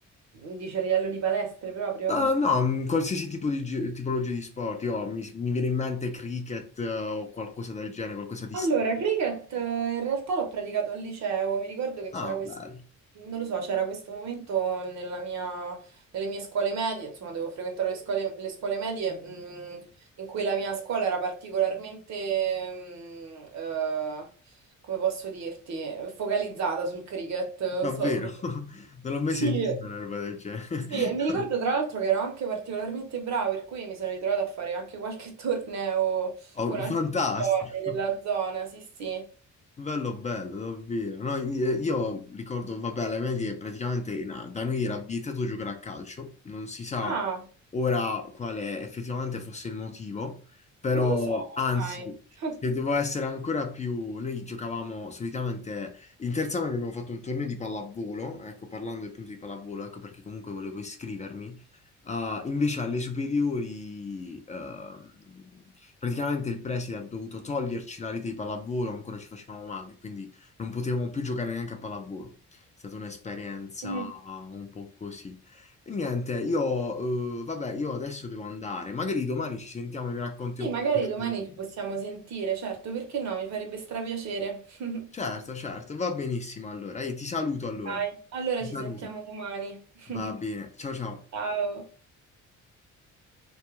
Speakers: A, on the right; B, on the left.
A: Dice a livello di palestre proprio?
B: Eh, no, mm, qualsiasi tipo di gi- tipologia di sport. Io, mi, mi viene in mente cricket, eh, o qualcosa del genere, qualcosa di
A: Allora,
B: strano.
A: cricket eh, in realtà l'ho praticato al liceo, mi ricordo che c'era
B: Ah,
A: questo,
B: bello,
A: non lo so, c'era questo momento nella mia- nelle mie scuole medie, insomma, devo frequentare le scuole, le scuole medie, mh, in cui la mia scuola era particolarmente, mh, eh, come posso dirti, focalizzata sul cricket, non
B: davvero.
A: so come.
B: <laughs> Non l'ho mai
A: Sì,
B: sentito una roba del genere. <laughs>
A: sì, e mi ricordo tra l'altro che ero anche particolarmente brava, per cui mi sono ritrovata a fare anche qualche <laughs> torneo
B: Oh,
A: con altre
B: fantastico.
A: scuole della zona, sì, sì.
B: Bello, bello, davvero. No, eh, io ricordo, vabbè, alle medie praticamente na- da noi era vietato giocare a calcio, non si sa
A: Ah,
B: ora quale effettivamente fosse il motivo, però
A: non lo so,
B: anzi,
A: sai. <laughs>
B: se devo essere ancora più... Noi giocavamo solitamente, in terza media abbiamo fatto un torneo di pallavolo, ecco, parlando appunto di pallavolo, ecco perché comunque volevo iscrivermi. Ah, invece alle superiori, ehm, praticamente il preside ha dovuto toglierci la rete di pallavolo, ancora ci facevamo male, quindi non potevamo più giocare neanche a pallavolo. È stata un'esperienza
A: Mm.
B: ah, un po' così. E niente, io, eh, vabbè, io adesso devo andare. Magari domani ci sentiamo e mi racconti
A: Sì,
B: un po'
A: magari
B: di questa
A: domani
B: esperienza.
A: ci possiamo sentire, certo, perché no? Mi farebbe strapiacere. <laughs>
B: Certo, certo, va benissimo allora. Io ti saluto allora.
A: Dai, allora
B: Ti
A: ci
B: saluto.
A: sentiamo domani. <laughs>
B: Va bene. Ciao ciao.
A: Ciao.